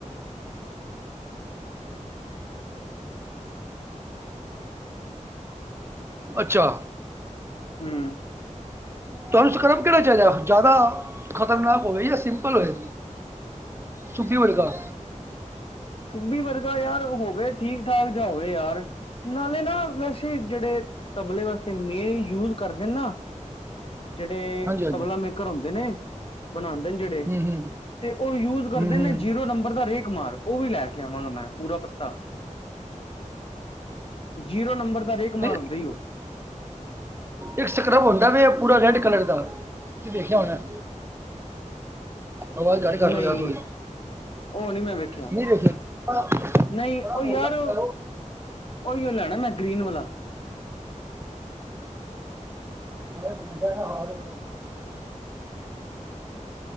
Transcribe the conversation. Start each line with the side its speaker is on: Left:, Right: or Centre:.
Right: <inaudible> ਅੱਛਾ-
Left: ਹੂ-
Right: ਤੁੂੰ ਸਕਰਬ ਕਿਹੜ ਚਾਹੀਦਾ ਜ਼ਿਆਦਾ ਖ਼ਤਰਨਾਕ ਹੋਵੇ ਜਾਂ ਸਿਪਲ ਹੋਵੇ। ਸੁਪੀ ਵਰਗਾ-
Left: ਸਬੀ ਵਧਗਾ ਯਾਰ ਹੋਵੇ ਠੀਕ ਠਾਕ ਜਾ ਹੋਵੇ ਯਾਰ ਨਾਲੇ ਨਾ ਵੈਸੇ ਜਿਹੜੇ ਤਬਲੇ ਵਾਸਤੇ ਮੇਨ ਯੂਜ ਕਰਦੇ ਨੇ ਨਾ ਜਿਹੜੇ
Right: ਹਾਂਜੀ ਹਾਂਜੀ
Left: ਤਬਲਾ ਮੇਕਰ ਹੁੰਦੇ ਨੇ ਬਣਾਉਦੇ ਨੇ ਜਿਹੜੇ
Right: ਹੂੰ ਹੂੰ
Left: ਤੇ ਉਹ ਯੂਜ ਕਰਦੇ
Right: ਹੂੰ ਹੂੰ
Left: ਨੇ ਜੀਰੋ ਨੰਬਰ ਦਾ ਰੇਕਮਾਰ ਉਹ ਵੀ ਲੈ ਕੇ ਲਿਆਵਾਂਗਾ ਮੈਂ ਪੂਰਾ ਪਤਾ ਜੀਰੋ ਨੰਬਰ ਦਾ ਰੇਕਮਾਰ
Right: ਨਹੀਂ
Left: ਹੁੰਦਾ ਈ ਉਹ
Right: ਇੱਕ ਸਕਰਬ ਹੁੰਦਾ ਵੇ ਪੂਰਾ ਰੈਡ ਕਲਰ ਦਾ ਵੇਖਿਆ ਹੋਇਆ ਆਵਾਜ਼ ਘੱਟ
Left: ਨਹੀਂ
Right: ਲ ਥੋੜੀ
Left: ਉਹ ਨਹੀਂ ਮੈਂ ਵੇਖਿਆ
Right: ਨਹੀਂ ਦੇਖਿਆ ਬੜਾ
Left: ਨਹੀਂ
Right: ਬੜਾ
Left: ਉਹ
Right: ਮੋਟਾ
Left: ਯਾਰ
Right: ਹੁੰਦਾ
Left: ਉਹੀ
Right: ਉਹ।
Left: ਲੈਣਾ ਮੈਂ ਗਰੀਨ ਵਾਲਾ
Right: <unintelligible>